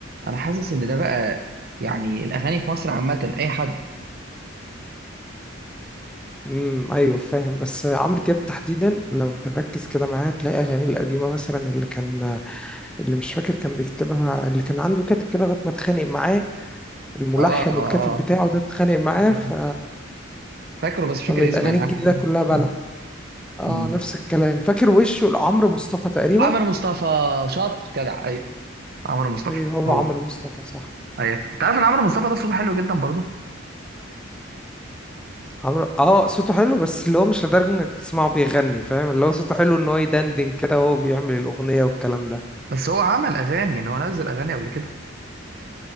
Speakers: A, on the right; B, in the centre.
A: انا حاسس ان ده بقى يعني الاغاني في مصر عامه اي حد
B: امم ايوه فاهم بس عمرو دياب تحديدا لو تركز كده معاه هتلاقي اغانيه القديمه مثلا اللي كان اللي مش فاكر كان بيكتبها اللي كان عنده كاتب كده لغايه ما اتخانق معاه الملحن
A: اه اه
B: والكاتب
A: اه
B: بتاعه ده اتخانق معاه
A: أيوة.
B: ف
A: فاكره بس مش فاكر
B: فبقت
A: اسمه
B: اغانيه
A: انا عارف
B: الجديده كلها بلح
A: م-
B: اه
A: م.
B: نفس الكلام فاكر وشه لعمرو مصطفى تقريبا
A: عمرو مصطفى شاطر جدع ايوه عمرو مصطفى
B: ايوه هو
A: هو
B: عمرو مصطفى صح
A: ايوه انت عارف ان عمرو مصطفى ده صوته حلو جدا برضه
B: عمرو اه صوته حلو بس اللي هو مش لدرجه انك تسمعه بيغني فاهم اللي هو صوته حلو ان هو يدندن كده وهو بيعمل الاغنيه والكلام ده
A: بس هو عمل اغاني يعني هو نزل اغاني قبل كده